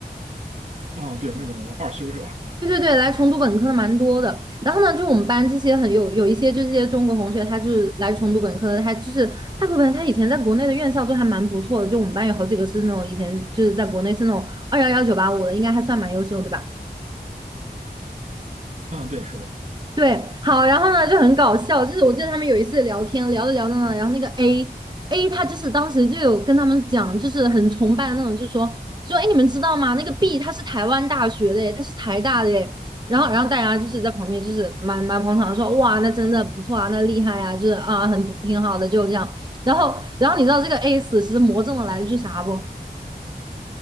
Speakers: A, on the right; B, on the right.
A: 哦，对，那种二修是吧？
B: 对对对，来重读本科的蛮多的。然后呢，就我们班这些很有有一些就这些中国同学，他就是来重读本科的，他就是大部分他以前在国内的院校就还蛮不错的。就我们班有好几个是那种以前就是在国内是那种二幺幺九八五的，应该还算蛮优秀，对吧？
A: 嗯，对，是的。
B: 对，好，然后呢就很搞笑，就是我记得他们有一次聊天，聊着聊着呢，然后那个 A A 他就是当时就有跟他们讲，就是很崇拜的那种，就说说哎，诶你们知道吗？那个 B 他是台湾大学的耶，他是台大的耶。然后，然后大家就是在旁边就是蛮蛮捧场的说，哇，那真的不错啊，那厉害啊，就是啊，很不挺好的，就这样。然后，然后你知道这个 A 死时魔怔的来了句啥不？